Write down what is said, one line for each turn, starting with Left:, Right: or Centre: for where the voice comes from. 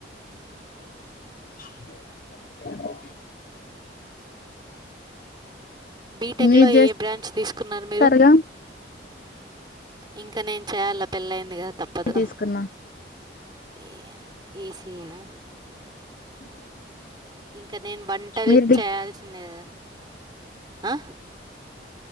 Left: అ <inaudible>
Right: బీటెక్
Left: మీరు
Right: లో ఏ బ్రాంచ్ తీసుకున్నారు
Left: చేస్తారుగా
Right: మీరు? ఇంక నేను చేయాల పెళ్ళయిందిగా తప్పదు.
Left: తీసుకున్నా
Right: ఏ ఈసినా ఇంకా నేను వంటలు
Left: మీరు డిగ్
Right: చేయాల్సిందే కదా ఆ